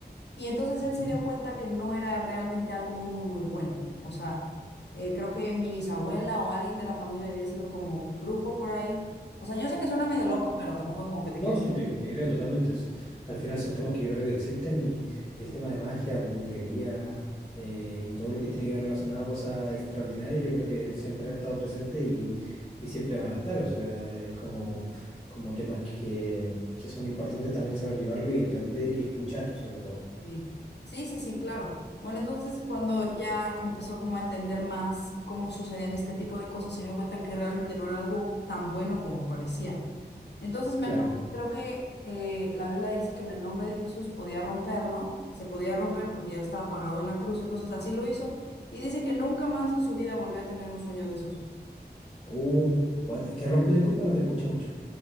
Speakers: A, on the left; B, on the left.
A: Y entonces
B: Ujú.
A: él se dio cuenta que no era realmente algo muy, muy bueno. O sea, eh, creo que mi bisabuela o alguien de la familia había sido como brujo por ahí. O sea, yo sé que suena medio loco, pero tampoco es como que te
B: No,
A: quieres.
B: sí, te, te creo totalmente. Es- Al final son temas que yo creo que existen y, y el tema de magia, brujería eh, y todo lo que tiene que ver relacionado a cosas extraordinarias, yo creo que siempre han estado presentes y, y siempre van a estar. O sea, es como, como temas que, que son importantes también saber llevarlo y entender y escuchar, sobre todo.
A: Sí, sí, sí, sí, claro. Bueno, entonces cuando ya empezó como a entender más cómo sucedían este tipo de cosas, se dio cuenta que realmente no era algo tan bueno como parecía. Entonces me
B: Claro.
A: acuerdo, creo que eh, la Biblia dice que en el nombre de Jesús podía romperlo, se podía romper porque ya estaba pagado en la cruz, entonces así lo hizo. Y dice que nunca más en su vida volvió a tener un sueño de esos.
B: Uh, what, qué rompió? Disculpa, no te escuché mucho.